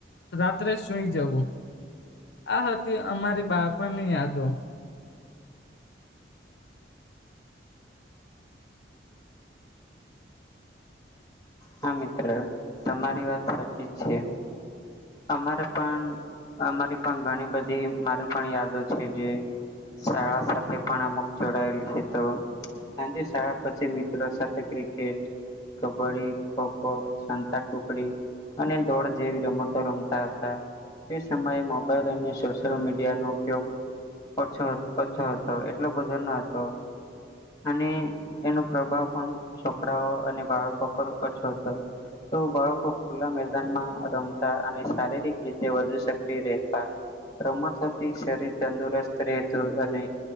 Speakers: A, on the left; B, on the left.
A: રાત્રે સુઈ જવું. આ હતી અમારી બાળપણની યાદો.
B: હા મિત્ર, તમારી વાત સાચી જ છે. અમારે પણ અમારી પણ ઘણી બધી મારી પણ યાદો છે જે શાળાઓ સાથે પણ અમુક જોડાયેલું છે. તો સાંજે શાળા પછી મિત્રો સાથે ક્રિકેટ, કબ્બડ્ડી, ખોખો, સંતા કુકડી અને દોડ જેવી રમતો રમતા હતા. તે સમયે મોબાઈલ અને સોશિયલ મીડિયાનો ઉપયોગ ઓછો હતો. ઓ્છો હતો એટલો બધો ન હતો અને એનો પ્રભાવ પણ છોકરાઓ અને બાળકો પર ઓછો હતો. તો બાળકો ખુલ્લા મેદાનમાં રમતા અને શારીરિક રીતે વધુ સક્રિય રહેતા. રમણથી શરીર તંદુરસ્ત રહેતું અને.